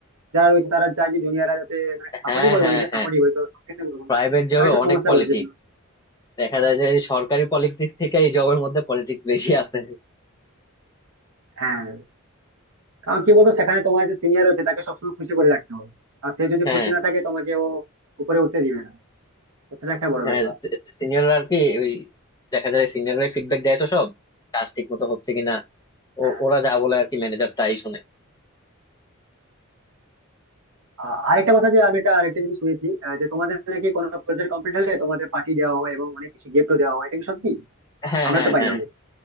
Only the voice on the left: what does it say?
হ্যাঁ
হ্যাঁ
হ্যাঁ
প্রাইভেট
জবে
অনেক
পলিটিক্স
দেখা যায় যে সরকারি পলিটিক্স থেকে এই জবের মধ্যে পলিটিক্স বেশি আছে
হ্যাঁ
হ্যাঁ
সিনিয়ররা আর কি ওই দেখা যায় সিনিয়ররা ফিডব্যাক দেয় তো সব কাজ ঠিক মতো হচ্ছে কিনা ও-
ওরা যা বলে আর কি ম্যানেজার তাই শুনে
হ্যাঁ
হ্যাঁ
হ্যাঁ